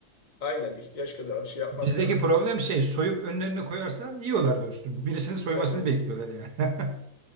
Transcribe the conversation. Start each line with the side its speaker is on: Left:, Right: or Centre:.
Left: aynen ihtiyaç kadar şey yapmak
Right: Bizdeki
Left: lazım
Right: problem şey soyup önlerine koyarsan yiyorlar dostum. Birisinin soymasını
Left: evet
Right: bekliyorlar yani. <laughs>